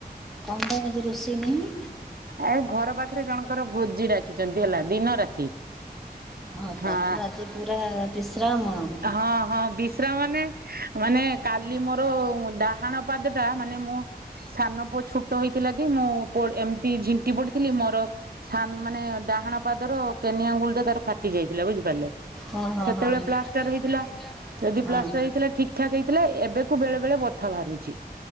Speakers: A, in the centre; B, on the right (about 65°).
A: କଣ ପାଇଁ ଆଜି ରୋଷେଇ ନାହିଁ?
B: ଆ ଘର ପାଖରେ ଜଣଙ୍କର ଭୋଜି ଡାକିଚନ୍ତି ହେଲା ଦିନ ରାତି।
A: ଓ
B: ହଁ
A: ତାଲେ ପୁରା ଆଜି ପୁରା ବିଶ୍ରାମ। ଆଉ
B: ହଁ ହଁ ବିଶ୍ରାମ ନେ। ମାନେ କାଲି ମୋର ଡାହାଣ ପାଦଟା ମାନେ ମୁଁ ସାନ ପୁଅ ଛୁଟ ହେଇଥିଲା କି ମୁଁ ପଡ୍ ଏମିତି ଝିଣ୍ଟି ପଡିଥିଲି ମୋର ସାନ୍ ମାନେ ଡାହାଣ ପାଦର କେନିଆଙ୍ଗୁଳିଟା ତାର ଫାଟି ଯାଇଥିଲା ବୁଝିପାରିଲେ?
A: ହଁ ହଁ!
B: ସେତେବେଳେ
A: ହଁ ହଁ।
B: ପ୍ଲାଷ୍ଟର ହେଇଥିଲା। ଯଦି ପ୍ଲାଷ୍ଟର ହେଇଥିଲା ଠିକ୍ ଠାକ୍ ହେଇଥିଲା ଏବେ କୁ ବେଳେବେଳେ ବଥା ବାହାରୁଛି।